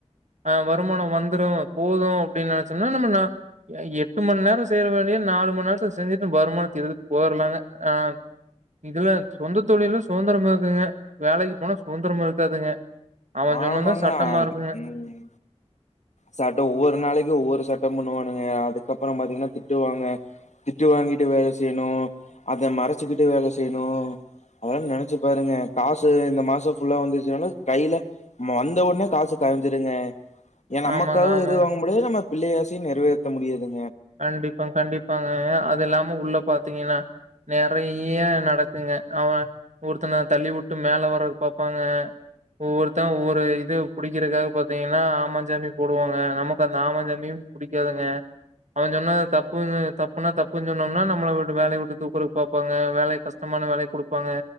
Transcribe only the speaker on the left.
ஆமாங்க
அ
உம் சட்டம் ஒவ்வொரு நாளைக்கு ஒவ்வொரு சட்டம் பண்ணுவானுங்க அதுக்கப்புறம் பாத்தீங்கன்னா திட்டு வாங்க திட்டு வாங்கிட்டு வேலை செய்யணு அத மறைச்சிக்கிட்டு வேல செய்யணு அதெல்லாம் நெனைச்சி பாருங்க காசு இந்த மாசோ ஃபுல்லா வந்துச்சினாலும் கையில வந்த ஒட்னே காசு காரஞ்சிருதுங்க. ஏன் நமக்காவது
எதுவு வாங்க முடியாது நம்ம பிள்ளை ஆசையு நெறைவேத்த முடியாதுங்